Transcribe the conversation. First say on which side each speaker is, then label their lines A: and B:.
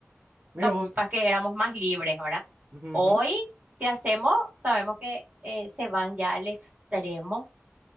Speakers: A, on the right; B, on the right.
A: Mira
B: Capaz
A: vos,
B: que éramos más libres, ¿verdad?
A: ujú,
B: Hoy,
A: ujú.
B: si hacemos, sabemos que eh, se van ya al extremo,